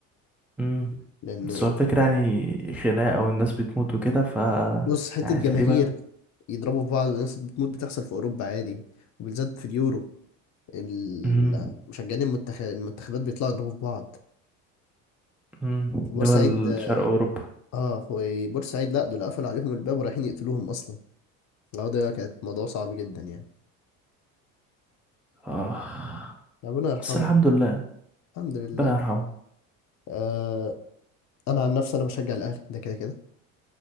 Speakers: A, in the centre; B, on the left.
A: امم
B: لأن
A: بس هو الفكرة يعني خناقة والناس بتموت وكده ف
B: بص حتة
A: يعني
B: جماهير
A: تقريبا
B: يضربوا في بعض وناس بتموت بتحصل في أوروبا عادي وبالذات في اليورو ال-
A: امم
B: مشجعين المنتخب المنتخبات بيطلعوا يضربوا في بعض
A: امم
B: في بورسعيد
A: دول
B: اه
A: شرق أوروبا
B: آه، في بورسعيد لا دول قفلوا عليهم الباب ورايحين يقتلوهم أصلا العودة ده كانت موضوع صعب جدا يعني
A: آه.
B: ربنا يرحمهم
A: بس الحمد لله
B: الحمد لله
A: ربنا يرحمه
B: آه أنا عن نفسي أنا بشجع الأهلي ده كده كده